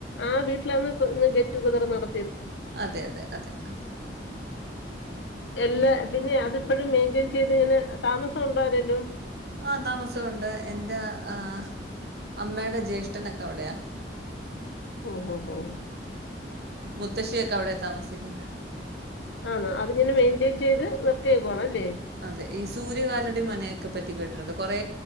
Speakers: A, on the left (about 85°); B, on the right (about 60°).
A: ആ വീട്ടിലാണ് <unintelligible> റ്റുഗദർ നട
B: അതെ അതെ അതെ ആ
A: എല്ല പിന്നെ അതിപ്പഴും മെയിന്റെയിൻ ചെയ്ത് <unintelligible> താമസം ഒ ണ്ടോ ആരേലും.
B: ആ താമസം ഒണ്ട് എന്റെ ആ അമ്മേടെ ജ്യേഷ്ഠനൊക്കെ അവിടെയാ
A: ഹോ ഹോ ഹോ
B: മുത്തശ്ശിയൊക്കെ അവിടെ താമസിക്കുന്നെ.
A: ആണോ അതിങ്ങനെ മെയിന്റെ യിൻ ചെയ്ത് നിറുത്തിയേക്കുവാണ് അല്ലേ
B: അതെ ഈ സൂര്യകാലടി മനയൊക്കെ പറ്റി റ്റി കേട്ടിട്ടുണ്ട് കുറെ